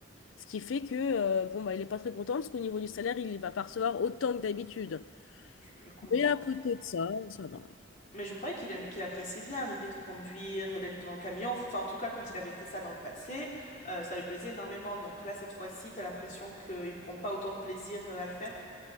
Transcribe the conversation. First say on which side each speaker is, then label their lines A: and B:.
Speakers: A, on the left; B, on the left.
A: Ce qui fait que, euh, bon, bah, il n'est pas très content parce qu'au niveau du salaire, il ne va pas recevoir autant que d'habitude.
B: Je, je comprends.
A: Mais à côté de ça, ça va.
B: Mais je croyais qu'il aimait- qu'il appréciait bien l'idée de conduire, d'être dans le camion. Enfin, en tout cas, quand il avait fait ça dans le passé, euh, ça lui plaisait énormément. Donc là, cette fois-ci, t'as l'impression qu'il prend pas autant de plaisir, euh, à le faire?